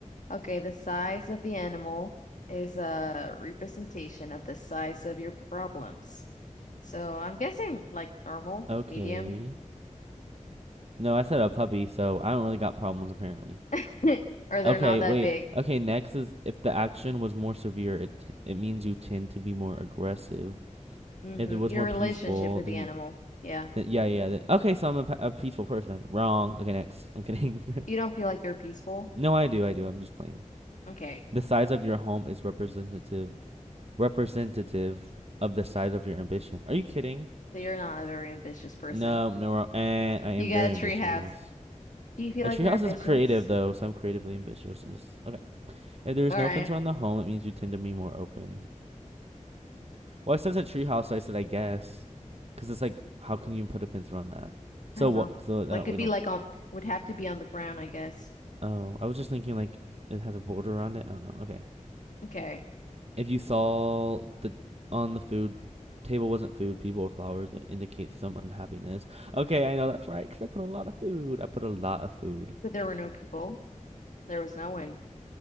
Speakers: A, on the left; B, on the right.
A: Okay, the size of the animal is a representation of the size of your problems. So I'm guessing like normal,
B: Okay.
A: medium,
B: No, I said a puppy, so I don't really got problems apparently.
A: <laughs> or they're
B: Okay,
A: not that
B: wait.
A: big.
B: Okay, next is if the action was more severe, it t- it means you tend to be more aggressive.
A: hmm
B: If it was
A: Your
B: more
A: relationship
B: peaceful,
A: with
B: then
A: the
B: you.
A: animal. Yeah.
B: Then, yeah, yeah. Then, okay, so I'm a, a peaceful person. Wrong. Okay, next. I'm kidding.
A: You
B: <laughs>
A: don't feel like you're peaceful.
B: No, I do. I do. I'm just playing.
A: Okay,
B: The size of your home is representative representative of the size of your ambition. Are you kidding?
A: so you're not a very ambitious person.
B: No, no. we Eh, I am
A: You got
B: very
A: a tree
B: ambitious.
A: house. Do you feel
B: A
A: like
B: treehouse
A: you're ambitious?
B: is creative though, so I'm creatively ambitious. Okay. If there is
A: All
B: no
A: right.
B: fence around the home, it means you tend to be more open. Well, it says a treehouse, so I said I guess, because it's like, how can you put a fence around that? So
A: I don't
B: what?
A: know.
B: So I don't.
A: Like could
B: We
A: be
B: don't.
A: like on would have to be on the ground, I guess.
B: Oh, I was just thinking like it has a border around it. I don't know. Okay.
A: Okay.
B: if you saw the on the food table wasn't food, people or flowers, it indicates some unhappiness. Okay, I know that's right because I put a lot of food. I put a lot of food.
A: But there were no people. There was no one.